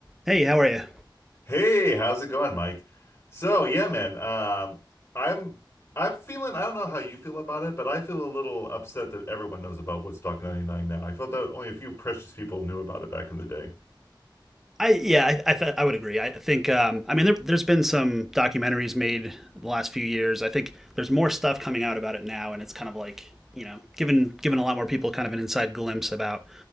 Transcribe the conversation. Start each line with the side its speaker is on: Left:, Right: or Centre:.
Centre: Hey, how are you?
Left: Hey, how's it going, Mike? So, yeah, man, um, I'm I'm feeling I don't know how you feel about it, but I feel a little upset that everyone knows about Woodstock 99 now. I felt that only a few precious people knew about it back in the day.
Centre: I yeah, I I, th- I would agree. I think um, I mean there, there's been some documentaries made the last few years. I think there's more stuff coming out about it now, and it's kind of like you know given given a lot more people kind of an inside glimpse about